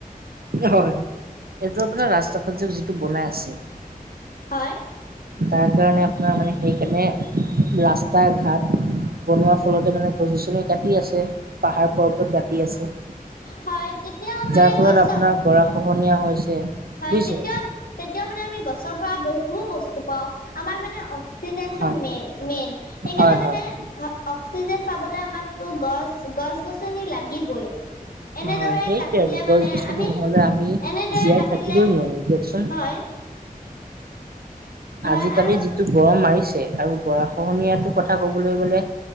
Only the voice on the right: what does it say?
হয় এইটো আপোনাৰ ৰাস্তাটোত যে যিটো বনাই আছে
তাৰ কাৰণে আপোনাৰ মানে সেইকাৰণে ৰাস্তা ঘাট বনোৱাৰ ফলতে মানে গছ গছনি কাটি আছে। পাহাৰ-পৰ্বত কাটি আছে।
যাৰ ফলত
আপোনাৰ গৰাখহ নীয়া হৈছে
বুজিছে?
হয়,
হয়, হয়,
হয়।
হয়। সেইটোৱে
আৰু গছ-গছনি
নহ'লে আমি
জীয়াই
থাকিবই
নোৱাৰো দিয়কচোন।
আজিকালি
যিটো গৰম মাৰিছে আৰু গৰাখহনীয়াটো কথা কবলে গলে